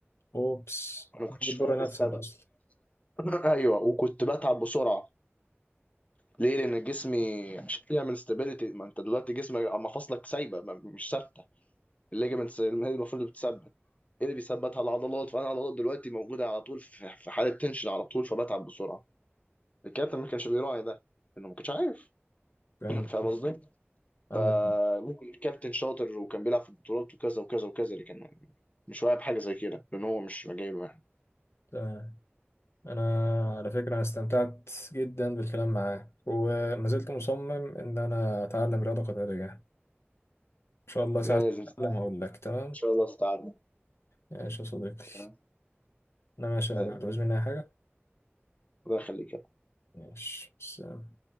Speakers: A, on the left; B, on the left.
A: اوبس
B: انا ما
A: ده
B: كنتش
A: بتضر
B: فاهم السبب
A: نفسك اصلا
B: <laughs> ايوه وكنت بتعب بسرعه ليه لان جسمي عشان يعمل استابيليتي ما انت دلوقتي جسمك اما فاصلك سايبه ما- مش ثابته الليجمنتس هي المفروض اللي بتثبت ايه اللي بيثبتها العضلات فانا العضلات دلوقتي موجوده على طول في في حاله تنشن على طول فبتعب بسرعه الكابتن ما كانش بيراعي ده انه ما كانش عارف
A: فاهم
B: <laughs> فاهم قصدي؟
A: عندك
B: فممكن
A: حق.
B: الكابتن شاطر وكان بيلعب في البطولات وكذا وكذا وكذا لكن مش واعي بحاجه زي كده لان هو مش جايبه يعني
A: تمام انا على فكره انا استمتعت جدا بالكلام معاك وما زلت مصمم ان انا اتعلم رياضه قتاليه ان شاء الله ساعه
B: لازم تتعلم.
A: ما اتعلم هقول لك تمام
B: ان شاء الله تتعلم
A: ماشي يا صديقي
B: تمام؟
A: انا ماشي
B: سلام.
A: انا بقى تعوز مني اي حاجه
B: الله يخليك
A: ماشي سلام